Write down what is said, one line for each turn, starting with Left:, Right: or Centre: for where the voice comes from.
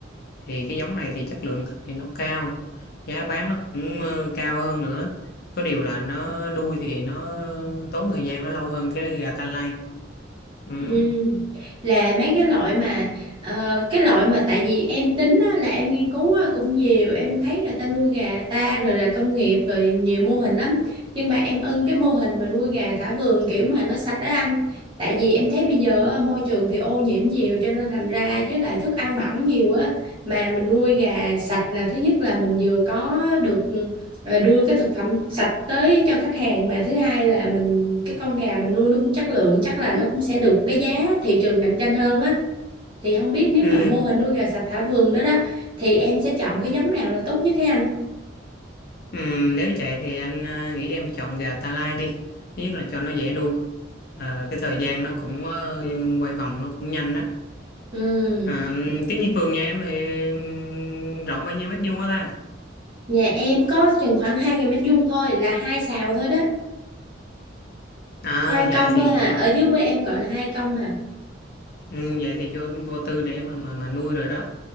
Left: thì cái giống này thì chất lượng thịt thì nó cao giá bán nó cũng ờ, cao hơn nữa có điều là nó nuôi thì nó tốn thời gian nó lâu hơn cái gà ta lai ừ.
Right: Ừ. Là mấy cái loại mà ờ, cái loại mà tại vì em tính á, là em nghiên cứu á, cũng nhiều em thấy người ta nuôi gà ta rồi là công nghiệp rồi nhiều mô hình lắm nhưng mà em ưng cái mô hình mà nuôi gà thả vườn kiểu mà nó sạch đó anh tại vì em thấy bây giờ á, môi trường thì ô nhiễm nhiều cho nên thành ra với lại thức ăn bẩn nhiều á mà mình nuôi gà sạch là thứ nhất là mình vừa có được và đưa cái thực phẩm sạch tới cho khách hàng mà thứ hai là mình cái con gà mình nuôi nó cũng chất lượng chắc là nó cũng sẽ được cái giá thị trường cạnh tranh hơn á thì không biết nếu
Left: Ừ.
Right: mà mô hình nuôi gà sạch thả vườn đó đó thì em sẽ chọn cái giống nào là tốt nhất hả anh
Left: Ừ. nếu vậy thì anh ờ, nghĩ em chọn gà ta lai đi thứ nhất là cho nó dễ nuôi Ờ, cái thời gian nó cũng ờ, quay vòng nó cũng nhanh á
Right: ừ.
Left: Ờ, cái vườn nhà em thì ừm, rộng bao nhiêu mét vuông á ta
Right: nhà em có chừng khoảng hai 000 mét vuông thôi là hai sào thôi đó
Left: à
Right: hai
Left: vậy
Right: công
Left: thì
Right: thôi à
Left: vô
Right: ở dưới quê em gọi là hai công hả
Left: Ừ, vậy thì vô vô tư để mà mà mà nuôi rồi đó